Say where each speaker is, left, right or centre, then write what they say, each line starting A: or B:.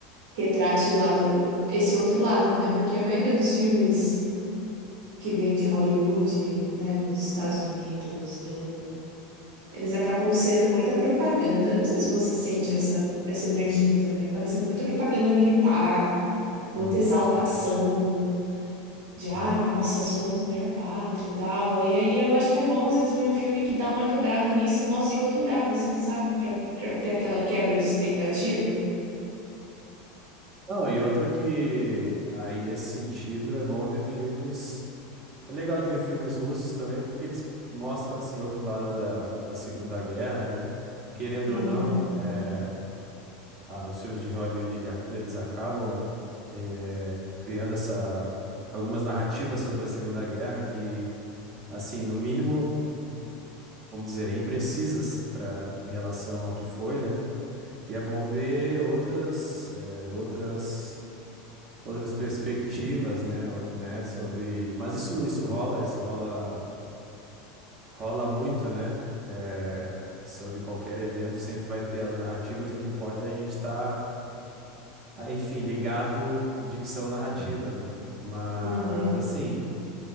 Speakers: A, on the right; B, on the right.
A: retrate o lado, esse outro lado, né? Porque a maioria dos filmes que vêm de Hollywood, né, dos Estados Unidos, do... eles acabam sendo muita propaganda. Não sei se você sente essa, essa energia também. Acaba sendo muita propaganda militar,
B: É,
A: muita exaltação
B: com certeza.
A: de
B: É.
A: ai, nossa, somos a maior pátria e tal. E aí eu acho que é bom às vezes ver um filme que dá uma quebrada nisso e mostra o outro lado, assim, sabe? Pra, pra ter aquela quebra de expectativa.
B: Não, e outra que aí nesse sentido é bom ver filmes. É legal de ver filmes russos também, porque eles mostram assim outro lado da, da Segunda Guerra, né? Querendo
A: Uhum,
B: ou não, é, a- os filmes de Hollywood ele ac- eles acabam é, criando essa algumas narrativas sobre a Segunda Guerra que, assim, no mínimo vamos dizer, imprecisas para em relação ao que foi, né? E é bom ver outras, eh, outras, outras perspectivas, né? o- né? Sobre, mas isso, isso rola, isso rola, rola muito, né? Eh, sobre qualquer evento sempre vai ter as narrativas. e O que importa é a gente estar, enfim, ligado de que são narrativas, né? Mas
A: Uhum.
B: assim.